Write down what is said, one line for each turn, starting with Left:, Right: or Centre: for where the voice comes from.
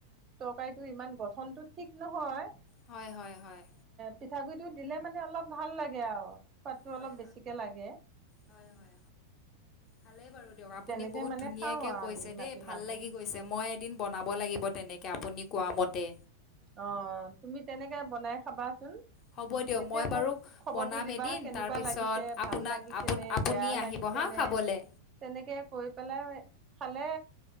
Right: তৰকাৰীটো ইমান গঠনতো ঠিক নহয়
Left: হয়, হয়, হয়
Right: পিঠাগু়ৰীটো দিলে মানে অলপ ভাল লাগে আৰু পোৱাতটো
Left: হয়
Right: অলপ
Left: হয়
Right: বেছিকে লাগে
Left: হয় হয় ভালেই বাৰু দিয়ক আপুনি
Right: তেনেকে
Left: বহুত
Right: মানে
Left: ধুনীয়াকে
Right: খাওঁ আৰু
Left: কৈছে
Right: আমি
Left: দেই
Right: মাটিমাহটো।
Left: ভাল লাগি কৈছে মই দিন বনাব লাগিব তেনেকে আপুনি কোৱা মতে
Right: অ তুমি তেনেকে বনাই খাবাচোন
Left: হ'ব দিয়ক
Right: তেতিয়া
Left: মই বাৰু
Right: মোক খবৰটো
Left: বনাম
Right: দিবা
Left: এদিন
Right: কেনেকুৱা
Left: তাৰপিছত
Right: লাগিছে ভাল
Left: আপোনাক
Right: লাগিছে
Left: আপোন
Right: নে,
Left: আপুনি
Right: বেয়া
Left: আহিব
Right: লাগিছে
Left: হা
Right: নে,
Left: খাবলৈ
Right: তেনেকে কৈ পেলাই <unintelligible> খালে